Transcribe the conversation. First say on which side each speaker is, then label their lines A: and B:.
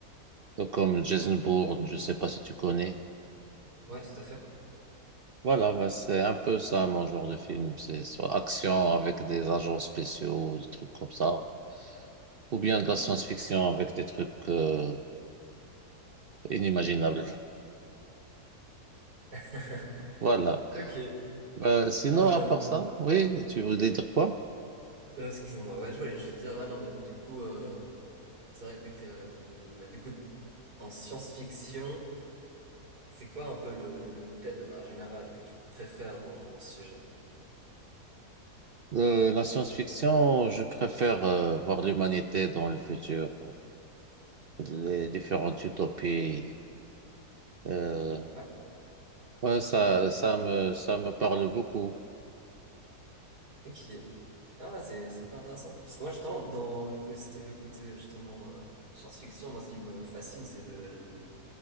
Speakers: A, on the right; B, on the right.
A: euh, comme Jason Bourne, je sais pas si tu connais.
B: ouais, tout à fait.
A: Voilà, bah, c'est un peu ça mon genre de film. C'est soit action avec des agents spéciaux, des trucs comme ça, ou bien de la science-fiction avec des trucs euh, inimaginables.
B: <laughs>
A: Voilà.
B: Ok.
A: Bah, sinon,
B: Ah ouais,
A: à part
B: non.
A: ça, oui, tu voulais dire quoi?
B: Euh, excuse-moi. Ouais, je voulais juste dire, ouais, non, mais du coup, euh, c'est vrai que, euh, bah, du coup, en science-fiction, c'est quoi un peu le, le thème de manière générale que tu préfères dans, dans ce sujet?
A: Euh, la science-fiction, je préfère euh, voir l'humanité dans le futur, euh, les différentes utopies. Euh,
B: Ouais.
A: ouais, ça, ça me, ça me parle beaucoup.
B: Ok. Ah ouais, c'est, c'est pas intéressant. Parce que moi, justement, dans le côté, le côté, justement, euh, science-fiction, moi, ce qui me fascine, c'est le, le-